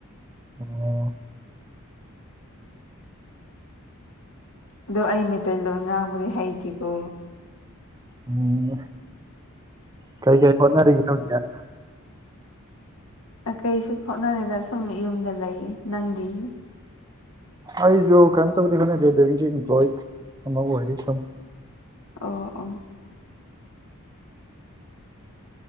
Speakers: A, on the right; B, on the left.
A: ꯑꯣ
B: ꯑꯗꯣ ꯑꯩ ꯃꯩꯇꯩꯂꯣꯟ ꯉꯥꯡꯕꯗꯤ ꯍꯩꯇꯦꯀꯣ
A: ꯎꯝ ꯀꯩ ꯀꯩ ꯍꯣꯠꯅꯔꯤꯒꯦ ꯍꯧꯖꯤꯛ
B: ꯀꯩꯁꯨ ꯈꯣꯠꯅꯔꯤꯗ ꯁꯨꯝ ꯌꯨꯝꯗ ꯂꯩ ꯅꯪꯗꯤ
A: ꯑꯩꯁꯨ ꯀꯩꯏꯝ ꯇꯕꯨꯗꯤ ꯍꯣꯠꯅꯗꯦ ꯕꯦꯡꯒꯤ ꯏꯝꯄ꯭ꯂꯣꯏ ꯑꯃ ꯑꯣꯏꯔꯤ ꯁꯨꯝ
B: ꯑꯣ ꯑꯣ